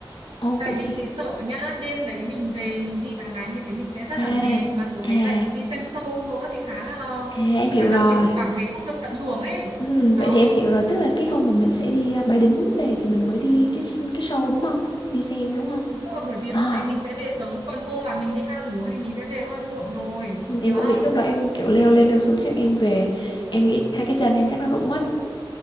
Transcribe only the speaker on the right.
tại
vì
chị sợ nhá đêm đấy mình về mình đi cả ngày như thế mình sẽ rất
là mệt mà tối
đấy lại đi xem show nữa thì khá là
khá là
kiểu cảm thấy không được tận hưởng ấy
đó
đúng rồi bởi vì
hôm đấy mình sẽ về sớm còn hôm mà mình đi hang múa thì mình sẽ về hơi muộn rồi
hiểu
không